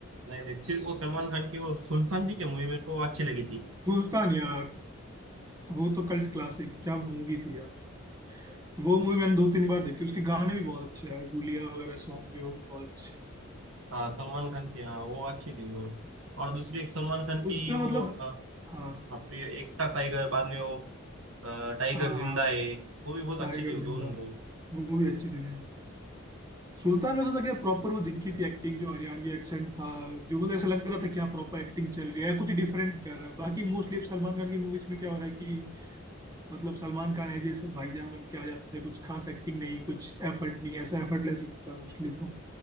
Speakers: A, on the right (about 75°); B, on the right (about 15°).
A: नहीं नहीं सिर्फ वो सलमान खान की वो सुल्तान थी क्या मूवी मेरे को वो अच्छी लगी थी
B: सुल्तान यार वो तो कल्ट क्लासिक क्या मूवी थी यार वो मूवी मैंने दो तीन बार देखी उसके गाने भी बहुत अच्छे हैं यार गुलिया वगैरह सॉन्ग भी हो बहुत अच्छे हैं
A: हाँ सलमान खान की हाँ वो अच्छी थी मूवी और दूसरी एक सलमान खान की
B: उसमें
A: वो
B: मतलब
A: हाँ,
B: हाँ
A: हाँ फिर एक था टाइगर बाद में वो अ, टाइगर
B: हाँ
A: जिंदा है वो भी बहुत
B: टाइगर
A: अच्छी थी वो
B: जिंदा
A: दोनों
B: है
A: मूवी
B: वो भी अच्छी थी हम्म। सुल्तान में ऐसा था क्या प्रॉपर वो दिखी थी एक्टिंग जो हरियाणवी एक्सेंट था जो मतलब ऐसा लग रहा था क्या प्रॉपर एक्टिंग चल रही है या कुछ डिफरेंट कर रहा है बाकी मोस्टली सलमान खान की मूवीज में क्या हो रहा है कि मतलब सलमान खान है जैसे भाईजान बन के आ जाते हैं कुछ खास एक्टिंग नहीं कुछ एफर्ट नहीं ऐसा एफर्टलेस लगता है मोस्टली तो